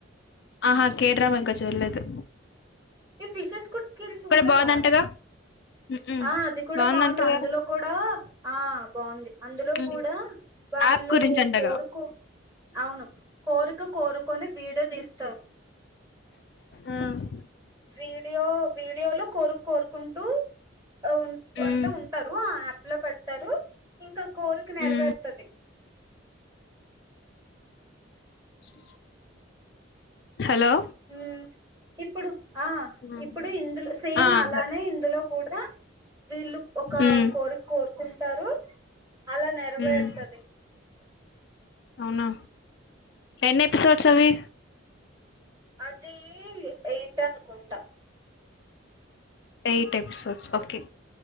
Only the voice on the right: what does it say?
ఎ ఫిషెస్ కుడ్ కీల్ చూడ్లెదా
ఆ అది కూడా
బాగుంది అందులో కూడా ఆ బాగుంది అందులో
కూడా వాళ్ళు
కోరుకు అవును కోరిక కోరుకొని వీడియో తీస్తారు
వీడియో వీడియోలో కోరిక కోరుకుంటూ ఉ
అంటే ఉంటారు ఆ యాప్‌లో పెడతారు ఇంకా కోరిక నెరవేరుతాది
హ్మ్మ్ ఇప్పుడు ఆహ్
ఇప్పుడు ఇందులో సేమ్
అలానే
ఇందులో కూడా వీళ్ళు ఒక
కోరిక కోరుకుంటారు అల నెరవేర్తది
అదీ ఏయిత్ అనుకుంట